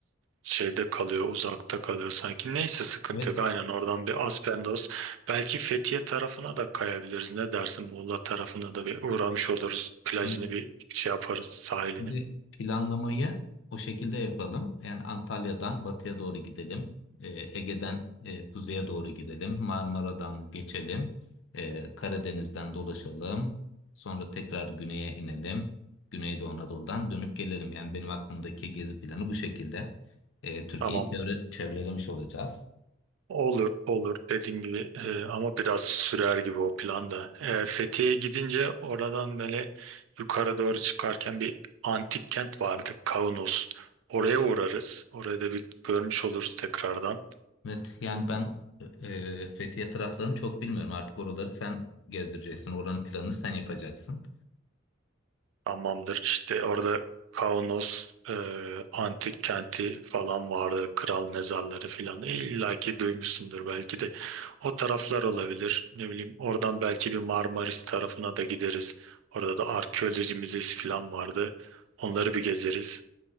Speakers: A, on the right (about 70°); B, on the left (about 65°).
A: şeyde kalıyor, uzakta kalıyor sanki. Neyse sıkıntı
B: Evet.
A: yok. Aynen oradan bir Aspendos. Belki Fethiye tarafına da kayabiliriz. Ne dersin? Muğla tarafına da bir uğramış oluruz. Plajını
B: e,
A: bir şey yaparız, sahilini.
B: Şimdi planlamayı o şekilde yapalım. Yani Antalya'dan batıya doğru gidelim. Ee, Ege'den e, kuzeye doğru gidelim. Marmara'dan geçelim. Ee, Karadeniz'den dolaşalım. Sonra tekrar güneye inelim. Güneydoğu Anadolu'dan dönüp gelelim. Yani benim aklımdaki gezi planı bu şekilde. Ee, Türkiye'yi
A: Tamam.
B: çevre, çevrelemiş olacağız.
A: Olur olur dediğin gibi e, ama biraz sürer gibi o planda. E, Fethiye'ye gidince oradan böyle yukarı doğru çıkarken bir antik kent vardı Kaunos. Oraya uğrarız. Orada bir görmüş oluruz tekrardan.
B: Evet, yani ben e, Fethiye taraflarını çok bilmiyorum. Artık oraları sen gezdireceksin. Oranın planını sen yapacaksın.
A: Hamamdır işte orada Kaunos e, antik kenti falan vardı. Kral mezarları falan. E, İlla ki duymuşsundur belki de. O taraflar olabilir. Ne bileyim oradan belki bir Marmaris tarafına da gideriz. Orada da arkeoloji müzesi falan vardı. Onları bir gezeriz.